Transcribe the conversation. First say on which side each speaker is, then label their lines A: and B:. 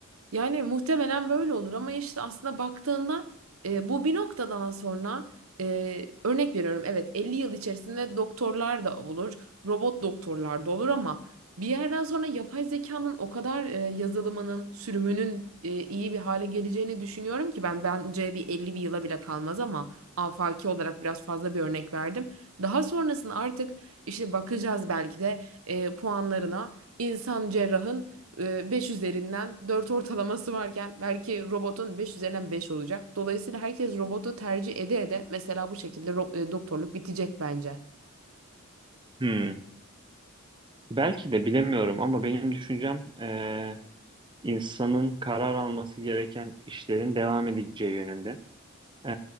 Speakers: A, on the right; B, on the right.
A: Yani muhtemelen böyle olur ama işte aslında baktığında e, bu bir noktadan sonra e, örnek veriyorum evet 50 yıl içerisinde doktorlar da olur, robot doktorlar da olur ama bir yerden sonra yapay zekanın o kadar e, yazılımının, sürümünün e, iyi bir hale geleceğini düşünüyorum ki ben bence bir 50 bir yıla bile kalmaz ama afaki olarak biraz fazla bir örnek verdim. Daha sonrasında artık işte bakacağız belki de e, puanlarına insan cerrahın e, 5 üzerinden 4 ortalaması varken belki robotun 5 üzerinden 5 olacak. Dolayısıyla herkes robotu tercih ede ede mesela bu şekilde ro- e, doktorluk bitecek bence.
B: Hmm. Belki de bilemiyorum ama benim düşüncem ee, insanın karar alması gereken işlerin devam edeceği yönünde. Ee,